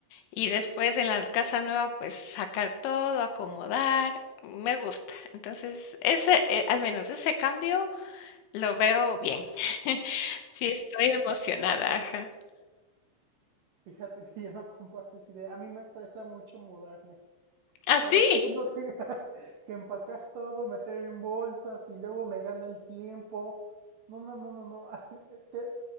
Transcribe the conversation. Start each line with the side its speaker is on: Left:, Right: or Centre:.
Left: y después en la casa nueva pues sacar todo, acomodar, me gusta. Entonces, ese, eh, al menos ese cambio lo veo bien. <laughs> Sí, estoy emocionada, ajá.
Right: Fíjate que <laughs> yo no comparto esa idea. A mí me estresa mucho mudarme.
Left: ¿Ah,
Right: ¿Sabes
Left: sí?
Right: que tengo que, <laughs> que empacar todo, meter en bolsas y luego me gana el tiempo? No, no, no, no, no. <laughs> Es que